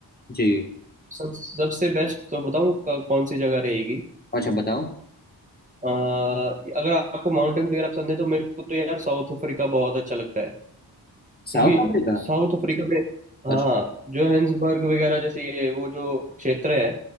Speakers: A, on the left; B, on the right.
A: जी
B: सब सबसे बेस्ट तो बताऊं क- कौन सी जगह रहेगी
A: अच्छा बताओ
B: अ, अगर आपको माउंटेन्स वगैरह पसंद है तो मेरे को तो यार साउथ अफ्रीका बहुत अच्छा लगता है
A: South
B: क्योंकि
A: Africa
B: साउथ अफ्रीका में
A: अच्छा
B: हाँ जोहेंसबर्ग वगैरह जैसे ये वो जो क्षेत्र है